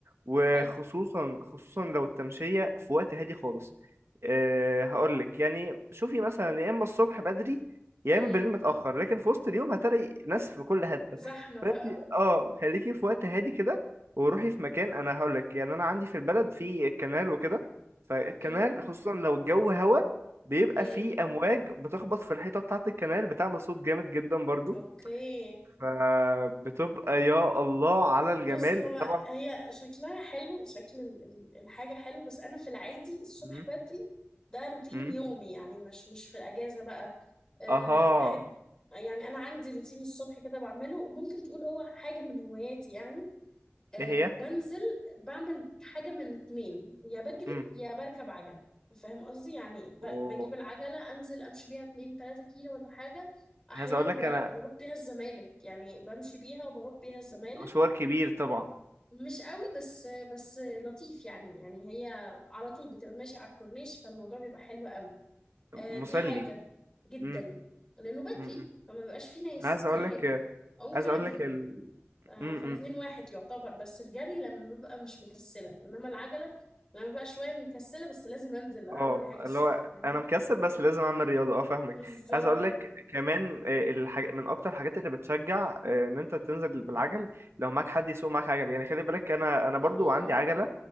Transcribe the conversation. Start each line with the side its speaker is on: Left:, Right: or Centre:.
Right: وخصوصا
Left: حلو
Right: خصوصا لو التمشيه في وقت هادي خالص آه، هقول لك يعني شوفي مثلا يا اما الصبح بدري يا
Left: امم
Right: اما بالليل متاخر لكن في وسط اليوم هتلاقي ناس في كل حته
Left: زحمة بقى
Right: فانت اه خليكي في وقت هادي كده وروحي في مكان انا هقول لك يعني انا عندي في البلد في كنال وكده فالكنال
Left: امم
Right: خصوصا لو الجو هوا بيبقى
Left: امم
Right: فيه امواج بتخبط في الحيطه بتاعه الكنال بتعمل صوت جامد جدا برضو
Left: أوكي
Right: فبتبقى يا الله على الجمال
Left: بص هو
Right: طبعا
Left: هي شكلها حلو شكل ال- ال- الحاجة حلو بس أنا في العادي الصبح
Right: مم.
Left: بدري ده روتين
Right: مم.
Left: يومي يعني مش مش في الأجازة بقى أه
Right: اها
Left: بحب يعني أنا عندي روتين الصبح كده بعمله ممكن تقول هو حاجة من هواياتي يعني أه
Right: ايه هي
Left: بنزل بعمل حاجة من اتنين يا بجري
Right: امم
Left: يا بركب عجلة فاهم قصدي يعني ب-
Right: اوه
Left: بجيب العجلة أنزل أمشي بيها اتنين تلاتة كيلو ولا حاجة أحيانا
Right: عايز اقول
Left: ب-
Right: لك انا
Left: بروح بيها الزمالك يعني بمشي بيها وبروح بيها الزمالك
Right: ده مشوار كبير طبعا
Left: مش قوي بس بس لطيف يعني يعني هي على طول بتبقى ماشية على الكورنيش فالموضوع بيبقى حلو قوي آه
Right: مسلي
Left: دي حاجة جدا
Right: امم
Left: لأنه بدري
Right: امم
Left: فما بيبقاش فيه ناس
Right: أنا عايز
Left: دي
Right: اقول
Left: حاجة
Right: لك
Left: أو ممكن
Right: عايز اقول
Left: أجري
Right: لك ال...
Left: آه
Right: امم
Left: فالاتنين واحد يعتبر بس الجري لما ببقى مش مكسلة إنما العجلة لما ببقى شوية مكسلة بس لازم أنزل أعمل
Right: اه
Left: حاجة الصبح
Right: اللي هو
Left: فاهمين
Right: انا مكسل بس لازم اعمل رياضه اه فاهمك
Left: بالظبط
Right: عايز اقول لك كمان آه، الحاج... من اكتر الحاجات اللي بتشجع آه، ان انت تنزل بالعجل لو معاك حد يسوق معاك عجل يعني خلي بالك انا انا
Left: مم.
Right: برضو عندي عجله